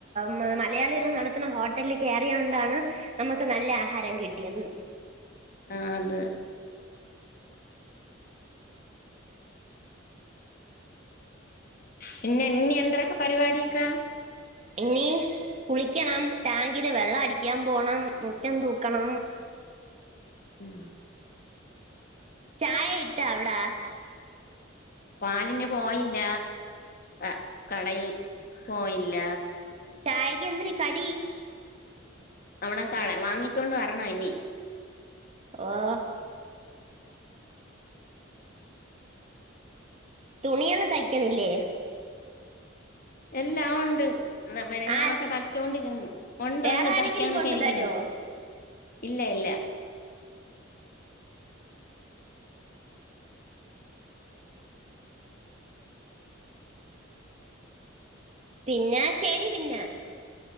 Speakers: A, on the right (about 35°); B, on the left (about 50°).
A: മ് മലയാളികൾ നടത്തുന്ന ഹോട്ടലിൽ കേറിയോണ്ടാണ് മ്മക്ക് നല്ല ആഹാരം കിട്ടിയത്
B: ആഹ് ത് പിന്നെ ന്യേ എന്ത്രഹ്ക പരിവാടിയൊക്കെ?
A: ഇനീ കുളിയ്ക്കണം ടാങ്കില് വെള്ളം അടിക്കാൻ പോണം മുറ്റം തൂക്കണം
B: ഉം.
A: ചായയിട്ടാ അവ്ടാ
B: പാലിന് പോയില്ല അ കടയി പോയില്ല
A: ചായെയ്ക്കെന്തിര് കടി?
B: അവ്ടെ കടം വാങ്ങിക്കൊണ്ട് വരണനി
A: ഓഹ് തുണിയൊന്നും തയ്ക്കണില്ലേ
B: എല്ലാം ഉണ്ട് മെനങാനൊക്കെ
A: ആ
B: തയ്ച്ചൊണ്ടിരുന്ന് ഉണ്ടൊണ്ട്
A: വേറെ ആരെങ്കിലും
B: തയ്ക്കാനൊക്കെ
A: കൊണ്ടു
B: ഇരിക്കുന്നു
A: തരോ
B: ഇല്ല ഇല്ല
A: പിന്നാ ശരി പിന്നെ